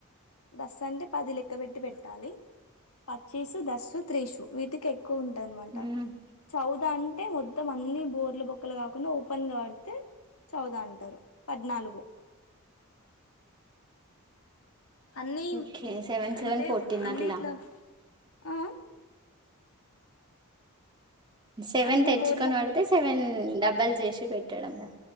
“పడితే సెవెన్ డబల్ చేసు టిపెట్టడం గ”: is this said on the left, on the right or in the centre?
Right